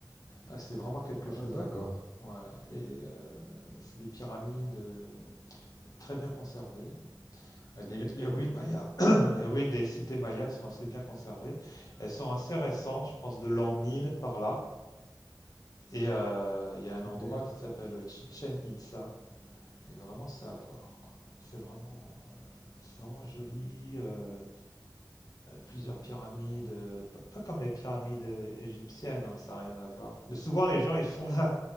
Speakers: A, on the left; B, on the left.
A: Ah, c'est vraiment quelque
B: Ah,
A: chose
B: d'accord.
A: à voir. Ouais. Et euh, c'est des pyramides euh, très bien conservées. Euh, Les, les ruines mayas, <coughs> <clears throat> les ruines des cités mayas sont assez bien conservées. Elles sont assez récentes, je pense de l'an 1000 par là. Et euh, il y a un endroit
B: OK.
A: qui s'appelle Chichen Itza, Et vraiment, c'est à voir. quoi. C'est vraiment, euh, c'est vraiment joli. euh, plusieurs pyramides, euh, pas, pas comme les pyramides euh, égyptiennes, hein, ça n'a rien à voir. Le- souvent, les gens ils font la,